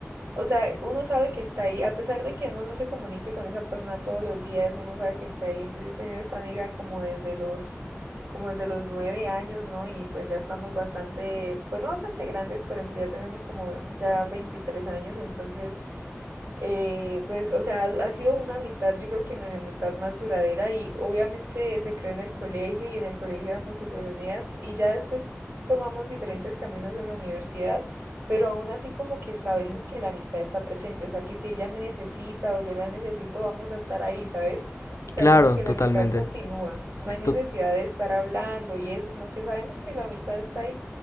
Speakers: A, on the right; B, on the left.
A: O sea, uno sabe que está ahí, a pesar de que uno no se comunique con esa persona todos los días, uno sabe que está ahí. Entonces yo he tenido esta amiga como desde los, como desde los nueve años, ¿no? Y pues ya estamos bastante, pues no bastante grandes, por ejemplo, ya tenemos como ya 23 años, entonces eh, pues, o sea, ha sido una amistad, yo creo que mi amistad más duradera y obviamente se creó en el colegio y en el colegio éramos súper unidas y ya después tomamos diferentes caminos en la universidad, pero aún así como que sabemos que la amistad está presente, o sea, que si ella me necesita o yo la necesito, vamos a estar ahí, ¿sabes? O sea,
B: Claro,
A: como que
B: totalmente.
A: la amistad continúa, no hay necesidad
B: To-
A: de estar hablando y eso, sino que sabemos que la amistad está ahí.